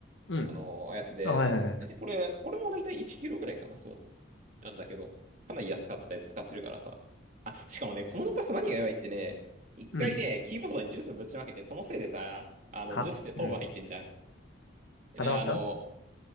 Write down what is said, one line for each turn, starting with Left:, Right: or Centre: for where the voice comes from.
Left: うん。
Right: あの、やつで、
Left: あ、はいはいはい。
Right: 大体これ、これも大体1キロぐらいかな、そう。なんだけど、かなり安かったやつ使ってるからさ。あ、しかもね、このノパス何がやばいってね、一回ね、
Left: うん。
Right: キーボードにジュースぶちまけて、そのせいでさ、あの、
Left: はうん。
Right: ジュースって糖分入ってんじゃん。あの、
Left: 固まった